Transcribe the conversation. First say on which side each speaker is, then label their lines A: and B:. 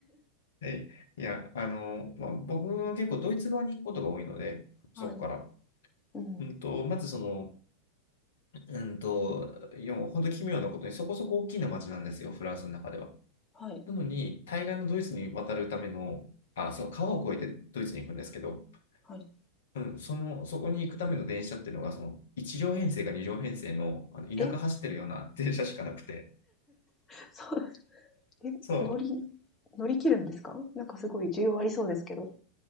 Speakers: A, on the left; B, on the left.
A: <laughs> でいや、あの、まあ、僕は結構ドイツ側に行くことが多いので、
B: <laughs>
A: そこから。
B: はい。うん。
A: うんと、まずその、うんと、いや、もう本当奇妙なことにそこそこ大きな町なんですよ、フランスの中では。
B: はい。
A: なのに、対岸のドイツに渡るための、あ、
B: うん
A: その川を越えてドイツに行くんですけど、
B: はい。
A: うん、その、そこに行くための電車っていうのが、その、1両編成か2両編成の、あの田舎走ってるような
B: え
A: <laughs> 電車しかなくて、
B: <laughs> そう、え、
A: そ
B: 乗り、乗り切るんですかなんかすごい需要ありそうですけど。